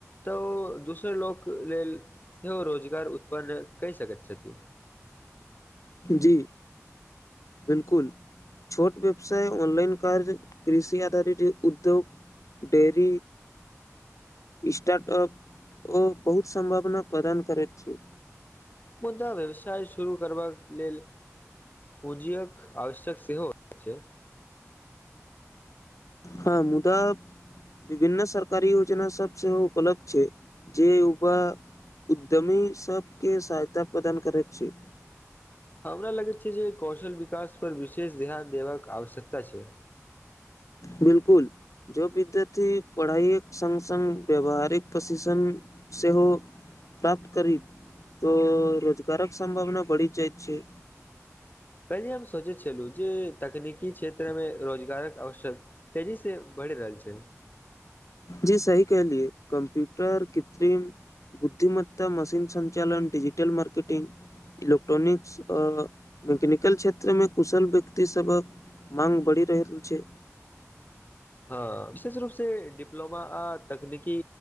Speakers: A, on the left; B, on the left.
A: द दोसर लोक लेल सेहो रोजगार उत्पन्न क सकैत छथ
B: जी बिलकु छोट व्यवसाय ऑनलाइन काराज कृषि आधारित उद्यग डेर स्टार्टअप ओ बहुत सम्भावना प्रदान करैत छ
A: मुदा व्यवसाय शुरू करबाक लेल पूँजीक आवश्यक सहो छ
B: हँ मुद विभिन्न सरकारी योजना सब सेहो उलब्ध छै जे उभा उद्यमी सबके सहायता प्रदान करैत छ
A: हमरा लगैत छै जे कौशल विकास पर विशेष ध्यान देबाक आवश्यकता छ
B: बिलकुल जो विद्यार्थ पढ़ाइके सङ्ग सङ्ग व्यावहारिक प्रशिक्षण सहो प्राप्त कर त रोजगारक सं्भावना बढ़ि जाइ छै
A: कालहम सोचैत छलहुँ जे तकनीकी क्षेत्रमे रोजगारक अवस तेजीसँ बढ़ि रहल छ
B: जी सही कहलियए कम्प्यूटर कित बुद्धिमत्ता मशीन संञ्चालन डजिटल मार्केटिग इलेक्ट्रॉनिक्स आ मैकेनिकल क्षेत्र मे कुशल व्यक्ति सब मांग बढ़ि रहल छ
A: हँ विशेष रूप से प्लोमा आ तकनीकी